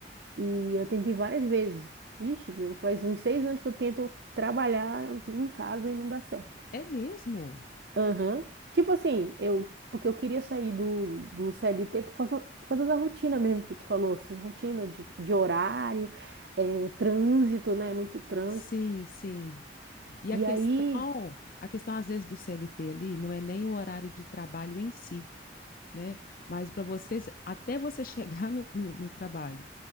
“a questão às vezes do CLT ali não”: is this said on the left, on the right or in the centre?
Left